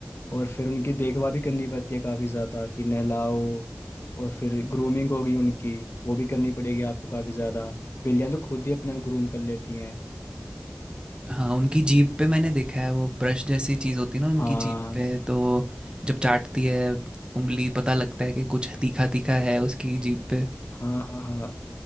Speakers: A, on the left; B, on the right.
A: और फिर उनकी देखभाल भी करनी पड़ती है काफी ज्यादा कि नहलाओ और फिर ग्रूमिंग होगी उनकी वो भी करनी पड़ेगी आपको काफी ज्यादा बिल्लियां तो खुद ही अपने आप ग्रूम कर लेती हैं
B: हाँ उनकी जीभ पे मैंने देखा है वो ब्रश जैसी चीज़ होती है ना उनकी
A: हाँ
B: जीभ पे तो जब चाटती है उंगली पता लगता है कि कुछ तीखा तीखा है उसकी जीभ पे
A: हाँ हाँ हाँ